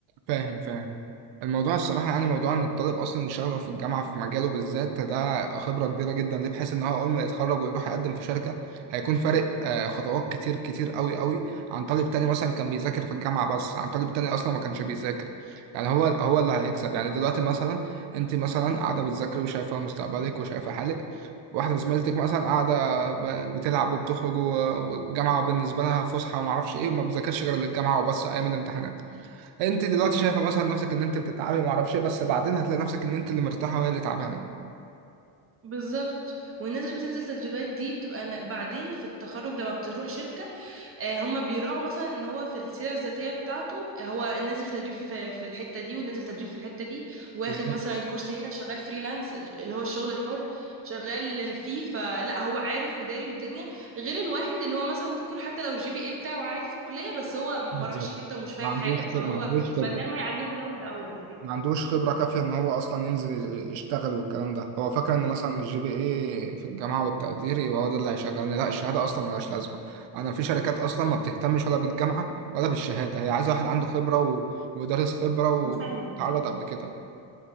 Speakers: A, on the right; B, on the right.
A: فاهم فاهم الموضوع الصراحة يعني موضوع إن الطالب أصلا يشتغل في الجامعة في مجاله بالذات ده خبرة كبيرة جدا ليه بحيث إن هو أول ما يتخرج ويروح يقدم في شركة هيكون فارق آه، خطوات كتير كتير أوي أوي عن طالب تاني مثلا كان بيذاكر في الجامعة بس عن طالب تاني أصلا ما كانش بيذاكر يعني هو هو اللي هيكسب يعني دلوقتي مثلا أنت مثلا قاعدة بتذاكري وشايفة مستقبلك وشايفة حالك واحدة زميلتك مثلا قاعدة ب- بتلعب وبتخرج و- والجامعة بالنسبة لها فسحة ومعرفش إيه وما بتذاكرش غير للجامعة وبس أيام الامتحانات انت دلوقتي شايفه مثلا نفسك ان انت بتتعبي ما اعرفش ايه بس بعدين هتلاقي نفسك ان انت اللي مرتاحه وهي اللي تعبانه
B: بالظبط والناس اللي بتنزل تدريبات دي بتبقى ن- بعدين في التخرج لما بتروح شركة آه، هما بيراعوا مثلا ان هو في السيره الذاتيه بتاعته هو نازل تدريب في في الحته دي ونازل تدريب في الحته دي واخد
A: بالظبط
B: مثلا كورس هنا شغال فريلانس اللي هو الشغل الحر شغال فيه فلا هو عارف وداري بالدنيا غير الواحد اللي هو مثلا ممكن يكون حتى لو الجي بي اي بتاعه عالي في الكليه بس هو
A: بالظبط
B: ما راحش حته ومش فاهم
A: ما عندوش
B: حاجه فهو
A: ما عندوش خبره
B: بدل ما يعلمه ده من الاول
A: ما عندوش خبره كافيه ان هو اصلا ينزل يز- يشتغل والكلام ده هو فاكر ان مثلا الجي بي اي في الجامعه والتقدير يبقى هو ده اللي هيشغلني لا الشهاده اصلا ملهاش لازمه انا في شركات اصلا ما بتهتمش ولا بالجامعه ولا بالشهاده هي عايزه واحد عنده خبره و... ودارس خبره وتعرض
B: وفاهم
A: قبل كده